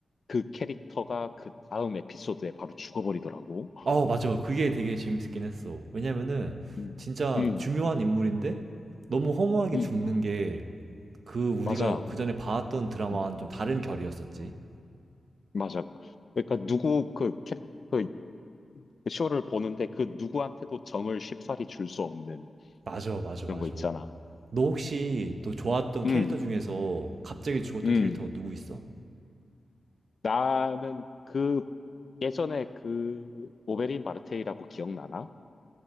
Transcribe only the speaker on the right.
아, 맞아. 그게 되게 재밌긴 했어. 왜냐면은
진짜
중요한 인물인데 너무 허무하게
죽는 게 그 우리가
그전에 봐왔던 드라마와는
좀 다른 결이었었지.
맞아, 맞아,
맞아.
너 혹시 너 좋아했던
캐릭터
중에서 갑자기 죽었던
캐릭터가 누구 있어?